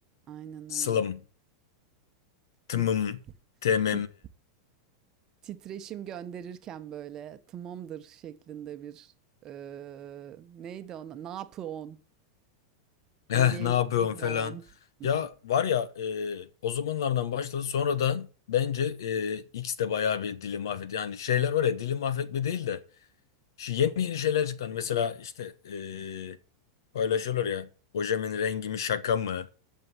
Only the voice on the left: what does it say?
Sılım,
tımım,
tmm,
eh,
ne
yapıyorsun falan.
Ya var ya e, o zamanlardan başladı. Sonra da bence e, X de bayağı bir dili mahvetti. Yani şeyler var ya dili mahvetme değil de. Şu yeni yeni şeyler çıktı. Hani mesela işte e, paylaşıyorlar ya. Ojemin rengi mi şaka mı?